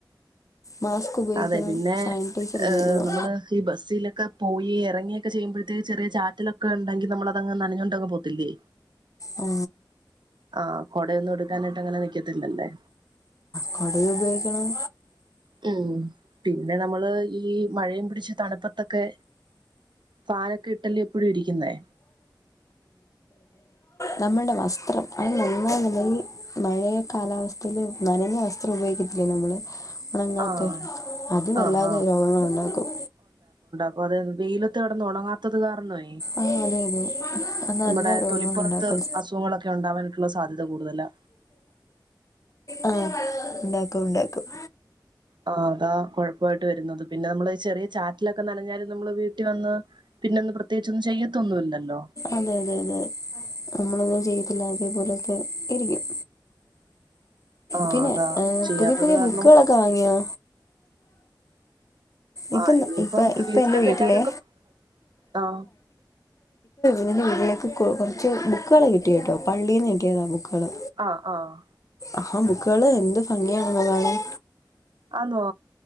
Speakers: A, on the left; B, on the right.
A: മാസ്ക് ഉപയോഗിക്കണം
B: അതെ പിന്നെ
A: സാനിറ്റൈസർ
B: ഏ
A: ഉപയോഗിക്കണം
B: നമ്മള് ഈ ബസ്സിലൊക്കെ പോയി ഇറങ്ങിയൊക്കെ ചെയ്യുമ്പോഴ പ്രത്യ ചെറിയ ചാറ്റലൊക്കെ ഉണ്ടെങ്കിൽ നമ്മള അതങ്ങ് നനഞ്ഞോണ്ടങ് പോത്തില്ലേ
A: ആ,
B: ആ കൊടയൊന്നും എടുക്കാനായിട്ട് അങ്ങനെ നിക്കത്തില്ലല്ലേ
A: കുടയുപയോഗിക്കണം
B: ഉം പിന്നെ നമ്മള് ഈ മഴയും പിടിച്ച തണുപ്പത്തൊക്കെ ഫാനൊക്കെ ഇട്ടല്ലെ എപ്പോഴും ഇരിക്കുന്നേ
A: നമ്മുടെ വസ്ത്രം അ നന്നായി നല്ലൽ മഴയ കാലാവസ്ഥൽ നനഞ്ഞ വസ്ത്രം ഉപയോഗിക്കത്തി നമ്മള് ഉണങ്ങാത്തെ
B: ആഹ്
A: അത് വല്ലാതെ
B: ആഹ്
A: രോഗങ്ങൾ ഉണ്ടാക്കും
B: അപ്പ അത വെയിലത്ത് കിടന്ന് ഉണങ്ങാത്തത് കാരണേ
A: ആ അതെ അതെ അത് നല്ല
B: നമ്മുടെ
A: രോഗങ്ങളുണ്ടാക്കും
B: തൊലിപ്പുറത്ത് അസുഖങ്ങളൊക്കെ ഉണ്ടാവാനായിട്ടുള്ള സാധ്യത കൂടുതലാ
A: ആ ഉണ്ടാക്കും ഉണ്ടാക്കും
B: ആ അതാ കുഴപ്പായിട്ട് വരുന്നത് പിന്നെ നമ്മള് ചെറിയ ചാറ്റിലൊക്കെ നനഞ്ഞാല് നമ്മള് വീട്ടിൽ വന്ന് പിന്നെ ന്ന് പ്രത്യകിച്ചന്നും ചെയ്യത്തൊന്നു ഇല്ലല്ലോ
A: അതെ അതെ അതെ നമ്മളൊന്നും ചെയ്തില്ല അതേപോലെക്കെ ഇരിക്കും
B: ആഹ്
A: പിന്നെ
B: അതാ
A: ഏ
B: ചെയ്യാത്തത്
A: പുതിയ പുതിയ
B: കാരണം
A: ബുക്കുകളൊക്കെ വാങ്ങിയോ ഇപ്പം
B: ആ ഇനിയിപ്പം
A: ഇപ്പം ഇപ്പം
B: വീട്ടിലൊക്കെ
A: എൻ്റെ വീട്ടിലെ
B: എല്ലാര്ക്കും ആ
A: ന്റെ വീട്ടിലേക്ക് കുറച്ച് ബുക്കുകൾ കിട്ടിയ കേട്ടോ പള്ളിന്ന്ക്കിട്ടിയതാ ബുക്കുകള്
B: ആഹ് ആഹ്
A: ആ ബുക്കുകള് എന്ത് ഭംഗിയാണ് കാണാൻ
B: ആണോ